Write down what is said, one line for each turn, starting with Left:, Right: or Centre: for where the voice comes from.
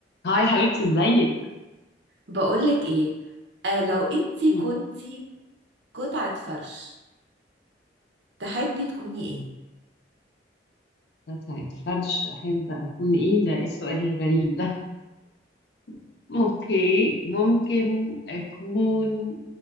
Left: هاي حبيبتي ازيك
Right: بقولك ايه آه لو انتي
Left: مم.
Right: كنتي قطعة فرش تحبي تكوني ايه
Left: قطعة فرش أحب أكون إيه ده إيه السؤال الغريب ده <laughs> أوكي ممكن أكون